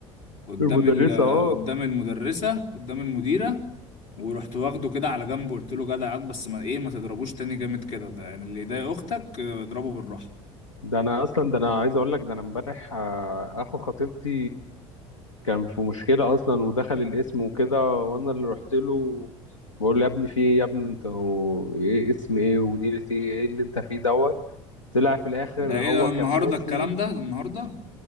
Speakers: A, on the left; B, on the left.
A: قدام
B: المدرسة
A: ال
B: اه
A: قدام المدرسه قدام المديره ورحت واخده كده على جنب قلت له جدع ياض، بس ما ايه ما تضربوش تاني جامد كده ده يعني اللي يضايق اختك آه، اضربه بالراحه
B: ده انا اصلا ده انا عايز اقول لك ده انا امبارح آه، اخو خطيبتي كان في مشكله اصلا ودخل الاسم وكده وانا اللي رحت له بقول له يا ابني في ايه يا ابني انت هو ايه اسم ايه ونيلة ايه ايه اللي انت فيه دوت طلع في الاخر
A: ده ايه
B: هو
A: ده النهارده
B: كان ماشي
A: الكلام ده ده النهارده